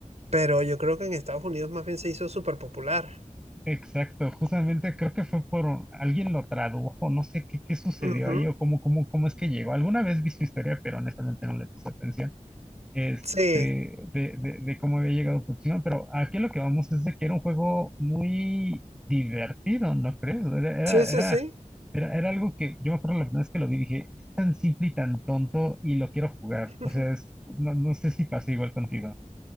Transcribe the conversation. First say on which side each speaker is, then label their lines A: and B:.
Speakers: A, on the right; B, in the centre.
A: pero yo creo que en Estados Unidos más bien se hizo súper popular.
B: exacto, justamente creo que fue por un- alguien lo tradujo, no sé qué, qué sucedió
A: Ujú.
B: ahí o cómo, cómo, cómo es que llegó. Alguna vez vi su historia, pero honestamente no le puse atención. este,
A: Sí,
B: de, de- de cómo había llegado Pochino, pero aquí lo que vamos es de que era un juego muy divertido, ¿no crees? Era, era,
A: sí, sí,
B: era,
A: sí.
B: era, era algo que yo me acuerdo la primera vez que lo vi, dije, es tan simple y tan tonto y lo quiero jugar.
A: <laughs>
B: O sea, es- no, no sé si pasa igual contigo.